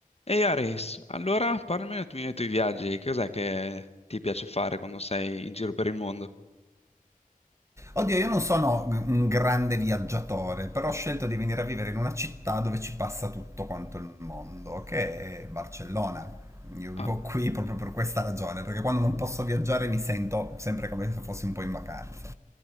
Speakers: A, on the left; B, on the right.
A: Ehi Ares, allora parlami un attimino dei tuoi viaggi, cos'è che ti piace fare quando sei in giro per il mondo?
B: Oddio, io non sono un grande viaggiatore, però ho scelto di venire a vivere in una città dove ci passa tutto quanto il mondo, che è Barcellona. Io vivo
A: Ah,
B: qui proprio per questa ragione, perché quando non posso viaggiare mi sento sempre come se fossi un po' in vacanza.